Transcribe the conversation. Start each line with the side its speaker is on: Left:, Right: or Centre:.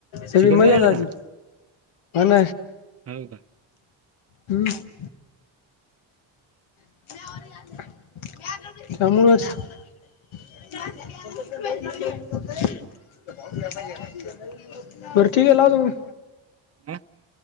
Left: सगळी
Right: चिखलदऱ्याला
Left: मजा जाती
Right: का?
Left: अन
Right: हो का?
Left: हम्म <unintelligible> त्यामुळंच <unintelligible> <unintelligible> वरती गेला तुम्ही
Right: ह